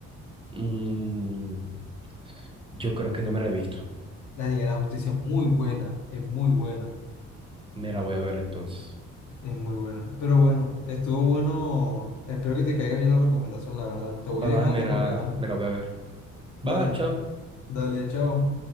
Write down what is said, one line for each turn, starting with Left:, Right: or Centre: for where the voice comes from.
Right: Mm, yo creo que no me la he visto.
Left: La Liga de la Justicia es muy buena, es muy buena,
Right: Me la voy a ver entonces.
Left: es muy buena. Pero bueno, estuvo bueno. Espero que te caiga bien la recomendación, la verdad. Te voy
Right: Va,
Left: dejando
Right: va, me
Left: porque,
Right: la,
Left: ajá,
Right: me la voy a ver.
Left: dale,
Right: Va, va, chao.
Left: dale, chao.